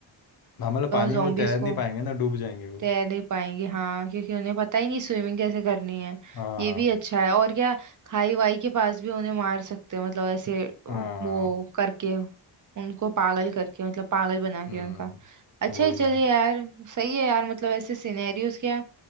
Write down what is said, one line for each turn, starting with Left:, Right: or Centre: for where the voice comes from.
Left: हम मतलब पानी
Right: जॉम्बीज
Left: में वो तैर नहीं
Right: को
Left: पाएंगे ना डूब जाएंगे वो
Right: तैर नहीं पाएंगे हाँ क्योंकि उन्हें पता ही नहीं स्विमिंग कैसे करनी है
Left: हाँ
Right: ये भी अच्छा है और क्या खाई वाई के पास भी उन्हें मार सकते हैं मतलब ऐसे
Left: हाँ
Right: वो करके उनको पागल करके मतलब पागल बना के
Left: हम्म
Right: उनका अच्छा
Left: वही
Right: है चलिए
Left: ना
Right: यार सही है यार मतलब ऐसे सिनेरियोस क्या